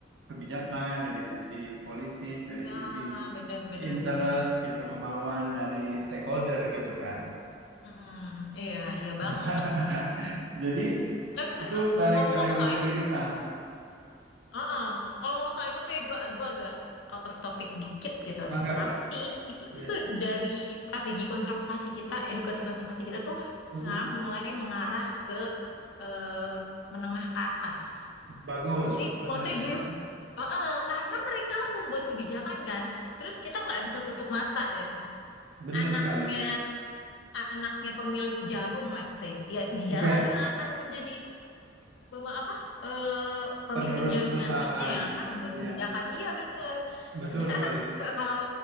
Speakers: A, on the right; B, on the left.
A: kebijakan, dari sisi politik, dari
B: Iya,
A: sisi
B: benar benar
A: interest
B: benar.
A: gitu, kemauan dari stakeholder gitu kan.
B: Mm-mm. Iya, iya banget
A: <laughs>
B: tuh.
A: Jadi
B: Tapi
A: itu
B: eh, eh,
A: saling-saling
B: ngomong-ngomong soal
A: beririsan.
B: itu tuh, uh Ngomong-ngomong soal itu tuh ya gua gua agak out of topic dikit gitu.
A: Mangga,
B: Tapi
A: mangga.
B: itu
A: Yes.
B: itu dari strategi konservasi kita, edukasi konservasi kita tuh
A: Mm-mm.
B: sekarang mulai mengarah ke eh, menengah ke atas.
A: Bagus,
B: Jadi
A: benar.
B: maksudnya
A: <laughs>
B: dulu, uh-uh, karena mereka lah pembuat kebijakan kan. Terus kita nggak bisa tutup mata deh.
A: Benar
B: anaknya
A: sekali.
B: anaknya pemilik jarum let's say ya dialah
A: Oke,
B: yang akan menjadi pema- apa eh, pemimpin
A: penerus
B: jarum
A: perusahaan.
B: nantinya yang akan membuat kebijakan
A: Ya,
B: iya benar
A: betul
B: sementara
A: sekali.
B: kan ke- kalau